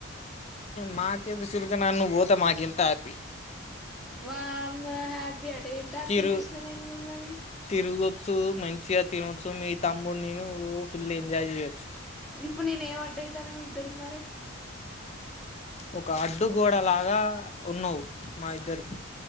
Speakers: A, on the left; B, in the centre.
A: మాకే ద చిలుక నన్ను పోత మాకెంత హ్యాపీ
B: వామ్ హ్యాపీ అట ఏంట అర్థ
A: తిరు
B: చేసినా నేను మిమ్ల్ని
A: తిరగొచ్చు మంచిగా తినొచ్చు మీ తమ్ముడి నేను ఫుల్ ఎంజాయ్ చేయ్యొచ్చు
B: ఇప్పుడు నేనే ఏం అడ్డయితానే మీ ఇద్దరికి మరి
A: ఒక అడ్డుగోడలాగా ఉన్నావు మా ఇద్దరికి